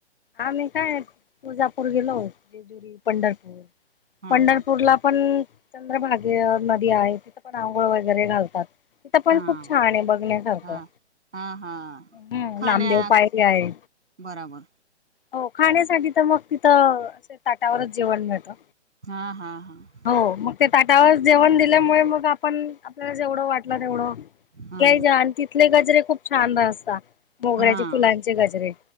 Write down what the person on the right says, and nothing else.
हा
हा
हा
हा हा हा
खाण्या
बराबर
हा हा हा
हा
हा